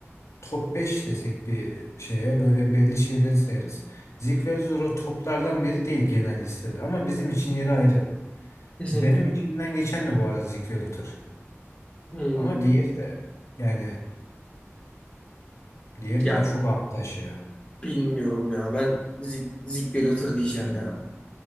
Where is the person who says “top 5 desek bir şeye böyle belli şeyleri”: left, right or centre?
Left